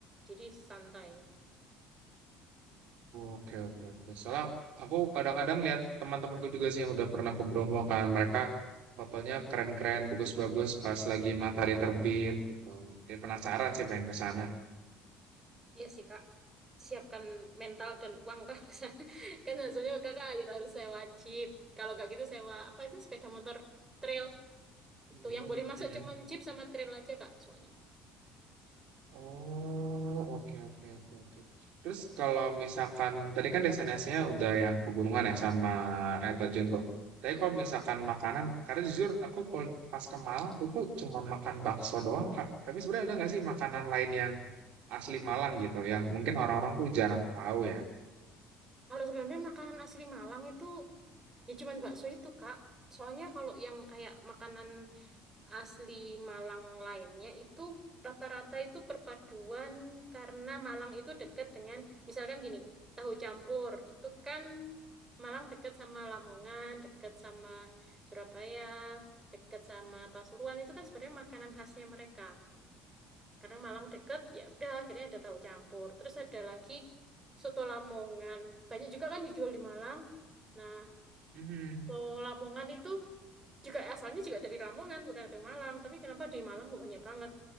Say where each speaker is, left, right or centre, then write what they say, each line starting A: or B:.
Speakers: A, on the right; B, on the right.
A: Jadi santai. Gitu.
B: Oke, oke, oke. Soalnya aku kadang-kadang lihat teman-temanku juga sih yang udah pernah ke Bromo kan. Mereka fotonya keren-keren, bagus-bagus pas lagi matahari terbit gitu. Jadi penasaran sih pengen ke sana.
A: Iya sih kak, siapkan mental dan uang kak. <laughs> Kan maksudnya kakak akhir harus sewa jeep. Kalau nggak gitu sewa apa itu sepeda motor trail.
B: Mm-mm,
A: Tuh yang boleh masuk
B: mm-mm.
A: cuman jeep sama trail aja kak soalnya.
B: Oh, oke, oke, oke, oke. Terus kalau misalkan tadi kan destinasinya udah yang pegunungan ya sama air terjun tuh. Tapi
A: Mm-mm.
B: kalau misalkan makanan, karena jujur aku kalau pas ke Malang aku tuh cuma makan bakso doang, Kak. Tapi sebenarnya ada nggak sih makanan lain yang asli Malang gitu yang mungkin orang-orang tuh jarang tahu ya.
A: Kalau sebenarnya makanan asli Malang itu ya cuman bakso itu, Kak. Soalnya kalau yang kayak makanan asli Malang lainnya itu rata-rata itu perpaduan karena Malang itu dekat dengan misalkan gini, tahu campur itu kan Malang dekat sama Lamongan, dekat sama Surabaya, dekat sama Pasuruan itu kan sebenarnya makanan khasnya mereka. karena Malang deket ya udah akhirnya ada tahu campur terus ada lagi soto Lamongan banyak juga kan dijual di Malang nah
B: Hmm,
A: soto Lamongan itu juga asalnya juga dari Lamongan bukan dari Malang tapi kenapa di Malang kok banyak banget